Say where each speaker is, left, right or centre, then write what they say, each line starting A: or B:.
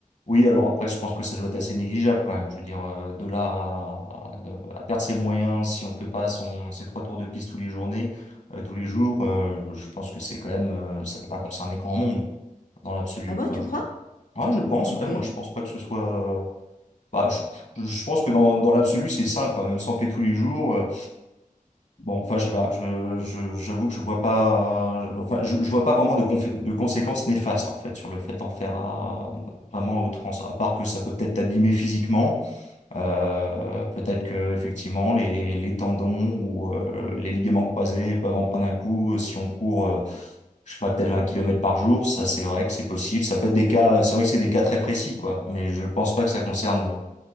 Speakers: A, on the left (about 55°); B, on the left (about 75°).
A: Oui, alors après, je pense que ça doit être assez négligeable quand même. Je veux dire, euh, de là à, à- de- à perdre ses moyens si on fait pas son, ses trois tours de piste tous les journées, euh, tous les jours, euh, je pense que c'est quand même, euh, ça ne va pas concerner grand monde dans l'absolu.
B: Ah ouais,
A: Enfin,
B: tu
A: je,
B: crois?
A: ouais, je pense,
B: Ok.
A: ouais, moi je pense pas que ce soit. euh, bah, je, je pense que dans, dans l'absolu, c'est sain, quoi. Même si on fait tous les jours. euh, Bon, enfin, je sais pas, je, je, j'avoue que je vois pas, enfin, je, je vois pas vraiment de, confé- de conséquences néfastes, en fait, sur le fait d'en faire un, vraiment à outrance. À part que ça peut peut-être t'abîmer physiquement, euh, peut-être que, effectivement, les, les tendons ou euh, les ligaments croisés peuvent en prendre un coup. Si on court, euh, je sais pas, peut-être 20 kilomètres par jour, ça, c'est vrai que c'est possible. Ça peut être des cas, c'est vrai que c'est des cas très précis, quoi, mais je pense pas que ça concerne